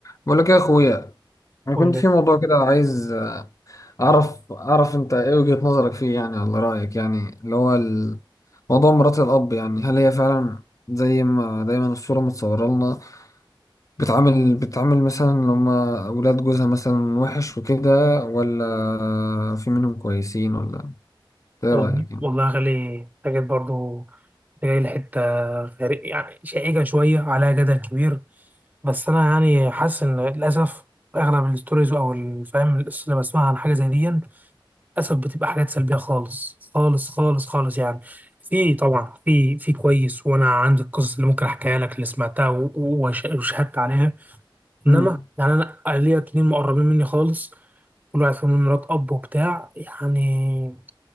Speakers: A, on the left; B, on the right.
A: بقول لك إيه يا اخويا انا
B: قول
A: كنت
B: لي
A: في موضوع كده عايز اعرف اعرف انت ايه وجهة نظرك فيه يعني على رايك يعني اللي هو ال- موضوع مرات الاب يعني هل هي فعلا زي ما دايما الصوره متصوره لنا بتعامل بتعامل مثلا لما اولاد جوزها مثلا وحش وكده ولا في منهم كويسين ولا ايه
B: وال-
A: رايك يعني
B: والله يا غالي انت جيت برضه انت جاي لحته غريب يعني شائكه شويه عليها جدل كبير بس انا يعني حاسس ان للاسف اغلب الستوريز او الفهم اللي بسمعها عن حاجه زي دي للاسف بتبقى حاجات سلبيه خالص خالص خالص خالص يعني في طبعا في في كويس وانا عندي القصص اللي ممكن احكيها لك اللي سمعتها و- و- وش- وشهدت عليها انما
A: امم
B: يعني انا ليا اتنين مقربين مني خالص كل واحد فيهم من مرات اب وبتاع يعني